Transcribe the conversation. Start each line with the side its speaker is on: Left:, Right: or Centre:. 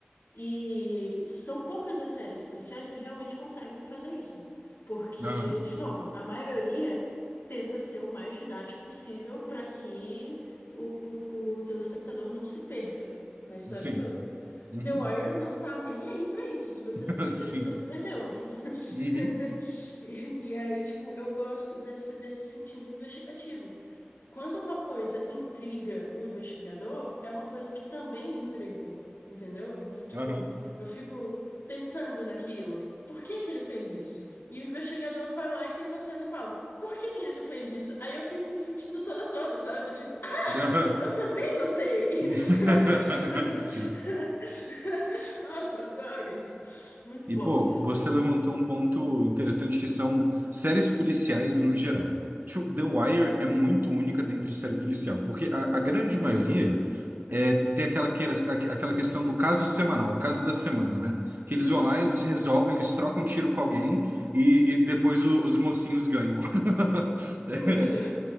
Left: E são poucas as séries policiais que realmente conseguem fazer isso. Porque,
Right: aham,
Left: de novo, a maioria tenta ser o mais didático possível para que o, o, o telespectador não se perca na história
Right: sim.
Left: toda.
Right: Uhum,
Left: The Wire não tá nem aí para isso. Se você
Right: <laughs>
Left: se perder,
Right: sim.
Left: você se perdeu. <laughs>
Right: Uhum,
Left: E, e aí, tipo, eu gosto desse, desse sentido investigativo. Quando uma coisa intriga o investigador, é uma coisa que também me intrigou, entendeu? Então, tipo,
Right: aham,
Left: eu fico pensando naquilo. Por que que ele fez isso? E o investigador vai lá e tem uma cena e fala: Por que que ele fez isso? Aí eu fico me sentindo toda toda, sabe? Do Tipo, ah,
Right: aham.
Left: eu também notei.
Right: <laughs>
Left: <laughs>
Right: Sim.
Left: Nossa, eu adoro isso. Muito
Right: E,
Left: bom.
Right: pô, você levantou um ponto interessante que são séries policiais no geral. Tipo, The Wire é muito única dentre série policial, porque a, a grande maioria
Left: Sim.
Right: é, tem aquela, queira- aque- aquela questão do caso semanal, o caso da semana, né? Que eles
Left: Uhum.
Right: vão lá, eles resolvem, eles trocam tiro com alguém e, e depois o- os mocinhos ganham. <laughs> É.
Left: Isso.